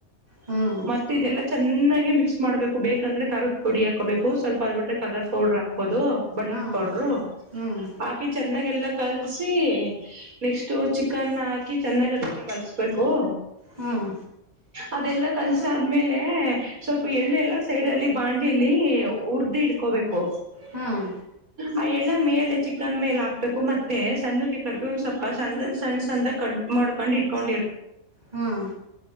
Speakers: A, on the right (about 30°); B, on the right (about 85°).
A: ಹ್ಮ್
B: ಮತ್ತೆ ಇದೆಲ್ಲ ಚೆನ್ನಾಗಿ ಮಿಕ್ಸ್ ಮಾಡ್ಬೇಕು ಬೇಕಂದ್ರೆ ಖಾರದ ಪುಡಿ ಹಾಕೋಬೇಕು ಸ್ವಲ್ಪ ಅದ್ ಬಿಟ್ರೆ ಕಲರ್ ಪೌಡ್ರು ಹಾ ಕಬೇಕು ಅದು ಬಣ್ಣದ
A: ಹ್ಮ್
B: ಪೌಡ್ರು
A: ಹ್ಮ್
B: ಹಾಕಿ ಚೆನ್ನಾಗಿಲ್ಲ ಕಲ್ಸಿ ನೆಕ್ಸ್ಟ್ ಚಿಕನ್ ಹಾಕಿ ಚೆನ್ನಾಗಿ ಅದ ಕಲ್ಸ್ ಕ್ಕೂ
A: ಹ್ಮ್
B: ಅದೆಲ್ಲ ಕಲಿಸಿ ಆದ್ಮೇಲೆ ಸ್ವಲ್ಪ ಎಳ್ಳೆಲ್ಲಾ ಸೈಡ್ ಅಲ್ಲಿ ಬಾಣ್ಲಿಲಿ ಉರ್ದು ಇಡ್ಕೋಬೇಕು
A: ಹ್ಮ್
B: ಆ ಎಳ್ಳುನಾ ಮೇಲೆ ಚಿ ಚಿಕನ್ ಮೇಲೆ ಹಾಕ್ಬೇಕು ಮತ್ತೆ ಸಣ್ಣ ಕರಿಬೇವುನ ಸೊಪ್ಪ ಸಣ್ಣಂದ ಸಣ್ಣ ಸಣ್ಣ ಕಟ್ಮಾಡ್ಕೋಂಡು ಇಟ್ಕೊಂಡು
A: ಹ್ಮ್